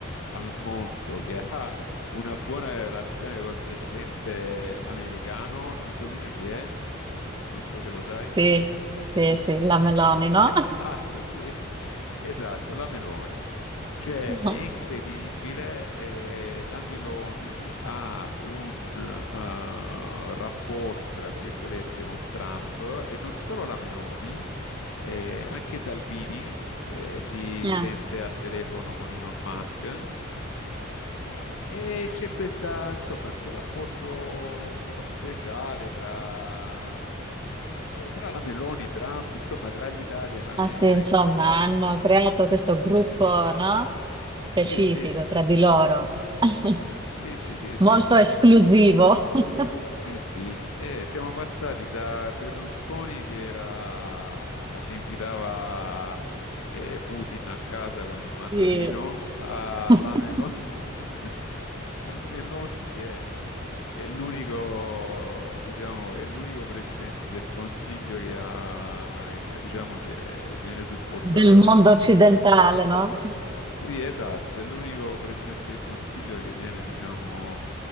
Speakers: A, on the left; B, on the right.
A: al mondo che <laughs> ha una buona relazione col presidente americano. Indovina chi è? Non so se lo sai.
B: Sì, sì,
A: Chi
B: sì,
A: è?
B: la Meloni,
A: <laughs>
B: no?
A: Esatto, sì, esatto, la Meloni. Cioè,
B: <laughs>
A: è incredibile, eh, la Meloni ha un eh, rapporto, tra virgolette, con Trump e non solo la Meloni, eh, anche Salvini eh, si
B: Eh,
A: sente al telefono con Elon Musk e, e c'è questa, insomma, sto rapporto speciale tra, tra la Meloni, Trump, insomma, tra l'Italia e l'America.
B: Ma sì, insomma,
A: che-
B: hanno creato questo gruppo, no? Specifico
A: Sì, sì,
B: tra di loro, <laughs>
A: sì, sì, sì, sì,
B: molto
A: sì.
B: esclusivo <laughs>
A: Eh sì, eh, siamo passati da Berlusconi che era, che invitava eh, Putin a casa con il mandolino
B: di-
A: alla
B: <laughs>
A: Meloni, <laughs> alla Meloni che è, è l'unico, diciamo, è l'unico presidente del Consiglio che ha, eh, diciamo, che viene supportata
B: del mondo
A: dalla...
B: occidentale, no?
A: Sì, esatto, è l'unico presidente del Consiglio che viene, diciamo,